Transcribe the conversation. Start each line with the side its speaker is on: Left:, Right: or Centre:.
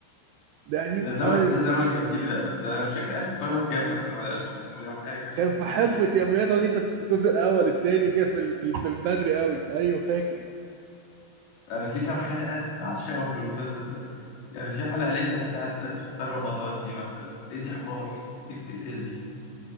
Right: ده قديم
Left: ده زمن
Right: قوي
Left: ده زمن جميل بقى ده أنا مش فاكر 1900 وكام مثلا ولا 1800 وحاجة <laughs> مش
Right: كان
Left: فاكر.
Right: في حقبة يوميات ونيس بس في الجزء الاول التاني كده في ال- في ال- في البدري قوي ايوه فاكر
Left: أنا في كام حلقة بعشقهم في المسلسل ده يعني في حلقة اللي هي كانت بتاعت فطار رمضان دي مثلا دي دي حوار دي بتقتلني